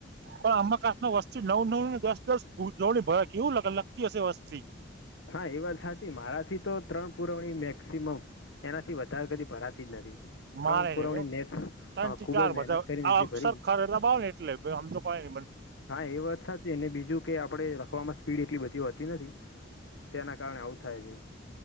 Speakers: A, on the right; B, on the left.
A: પણ અંબા કાસમાં વસ્તી નઉ નઉ ને દસ દસ પૂર વણી ભ કેવું લગ લગતી હશે વસ્તી
B: હા એ વાત સાચી મારા થી તો ત્રણ પુરવણી મેક્સિમમ એનાથી વધારે કદી ભરાતી જ નથી
A: મારે
B: ત્રણ પુરવણી
A: નઈ હો
B: નેટ
A: ત્રણ
B: હા
A: થી
B: ખૂબ
A: ચાર
B: જ મહેનત
A: બધા
B: કરીને એટલી
A: અક્ષર
B: ભરી
A: ખર રબાવ ને એ એટલે મેં આમ તો કઈ મન
B: હા એ વાત સાચી અને બીજું કે આપડે લખવામાં સ્પીડ એટલી બધી હોતી નથી તેના કારણે આવું થાય છે.